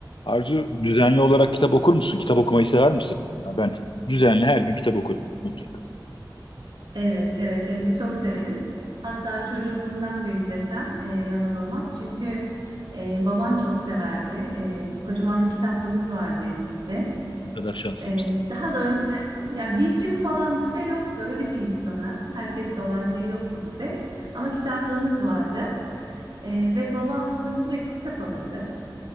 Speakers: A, on the left; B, on the right.
A: Arzu düzenli olarak kitap okur musun? Kitap okumayı sever misin? Ya ben düzenli her gün kitap okurum mutlaka.
B: Evet, evet hem de çok severim. Hatta çocukluğumdan beri desem e, yalan olmaz. Çünkü e, babam çok severdi. E, kocaman bir kitaplığımız vardı evimizde.
A: Ne kadar şanslıymışsın.
B: E, daha doğrusu <laughs> ya vitrin falan büfe yoktu öyle diyeyim sana. Herkeste olan şey yoktu bizde. Ama kitaplığımız vardı. E, ve babam bana sürekli kitap alırdı.